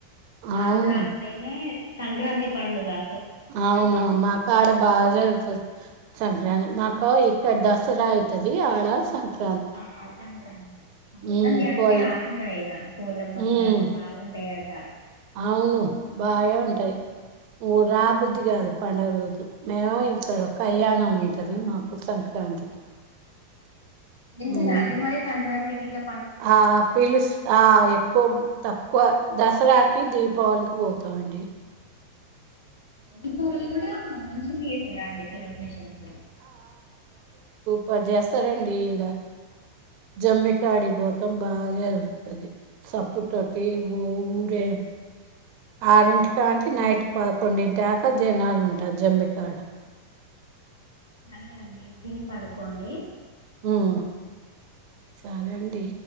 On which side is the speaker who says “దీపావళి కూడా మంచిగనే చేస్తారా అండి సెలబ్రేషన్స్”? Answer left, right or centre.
Left